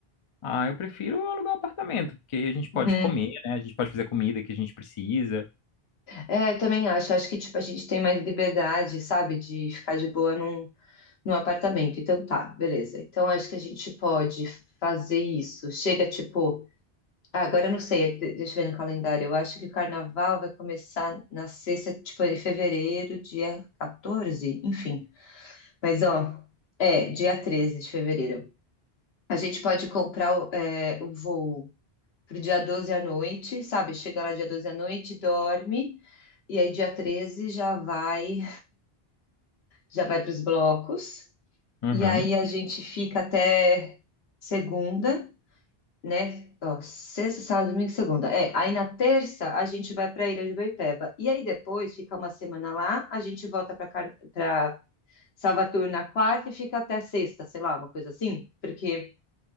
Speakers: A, on the left (about 45°); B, on the left (about 75°).
A: Ah, eu prefiro alugar apartamento, porque aí a gente pode
B: Uhum.
A: comer, né? A gente pode fazer a comida que a gente precisa.
B: É, eu também acho. Acho que, tipo, a gente tem mais liberdade, sabe? De ficar de boa num. No apartamento, então tá, beleza. Então acho que a gente pode fazer isso. Chega tipo. Ah, agora eu não sei, de- deixa eu ver no calendário. Eu acho que o carnaval vai começar na sexta, tipo, em fevereiro, dia 14, enfim. Mas ó, é, dia 13 de fevereiro. A gente pode comprar o, é, o voo pro dia 12 à noite, sabe? Chega lá dia 12 à noite, dorme, e aí dia 13 já vai, já vai para os blocos.
A: Uhum.
B: E aí a gente fica até segunda, né? Ó, sexta, sábado, domingo, e segunda. É, aí na terça a gente vai para a Ilha de Boipeba. E aí depois fica uma semana lá, a gente volta para Car... para Salvador na quarta e fica até sexta, sei lá, uma coisa assim, porque